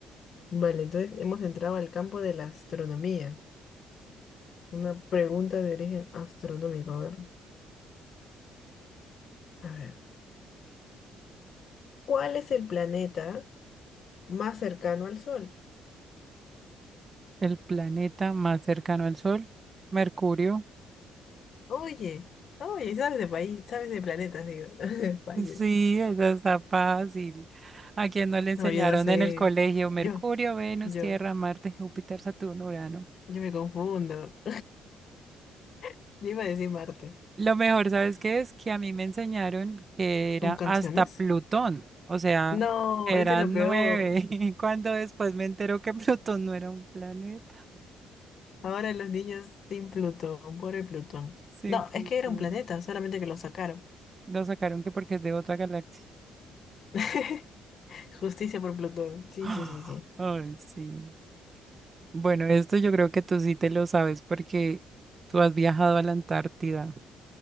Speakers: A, on the left (about 40°); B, on the right (about 25°).
A: Vale, entonces hemos entrado al campo de la astronomía. Una pregunta de origen astronómico. A ver. A ver. ¿Cuál es el planeta más cercano al Sol?
B: El planeta más cercano al Sol, Mercurio.
A: Oye, oye, sabes de país, sabes de planetas, digo. <laughs> Vaya.
B: Sí, esa está fácil. ¿A quién no le enseñaron
A: No, yo no sé.
B: en el colegio? Mercurio,
A: Yo,
B: Venus,
A: yo,
B: Tierra, Marte, Júpiter, Saturno, Urano.
A: yo me confundo. <laughs> Yo iba a decir Marte.
B: Lo mejor, ¿sabes qué es? Que a mí me enseñaron que era
A: ¿Con canciones?
B: hasta Plutón, o sea,
A: No,
B: eran
A: ese es lo peor.
B: nueve, <laughs> cuando después me entero que Plutón no era un planeta.
A: Ahora los niños sin Plutón, pobre Plutón.
B: Sí,
A: No,
B: Plutón.
A: es que era un planeta, solamente que lo sacaron.
B: Lo sacaron que porque es de otra galaxia.
A: <laughs> Justicia por Plutón. Sí,
B: <gasps>
A: sí, sí, sí.
B: Ay, sí. Bueno, esto yo creo que tú sí te lo sabes porque tú has viajado a la Antártida.